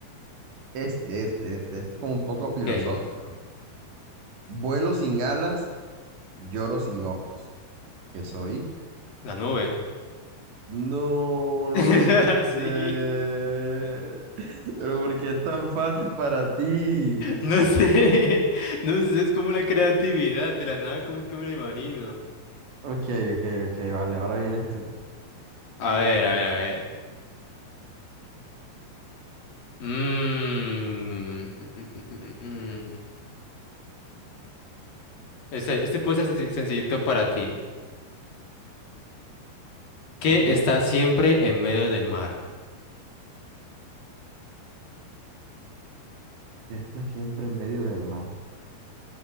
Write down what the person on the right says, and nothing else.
este, este, este, este es como un poco filosófico.
Vuelo sin alas, lloro sin ojos. ¿Qué soy?
No, no
puede
ser. <laughs> Pero ¿por qué es tan fácil para ti?
Ok, ok, ok, vale, ahora vienes tú.
Ok. ¿Qué
está siempre en medio del mar?